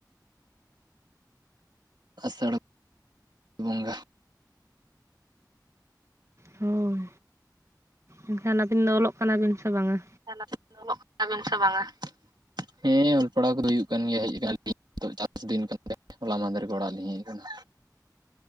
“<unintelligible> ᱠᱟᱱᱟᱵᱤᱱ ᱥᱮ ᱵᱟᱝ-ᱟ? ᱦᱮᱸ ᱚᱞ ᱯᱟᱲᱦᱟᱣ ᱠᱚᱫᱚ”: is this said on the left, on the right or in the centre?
Right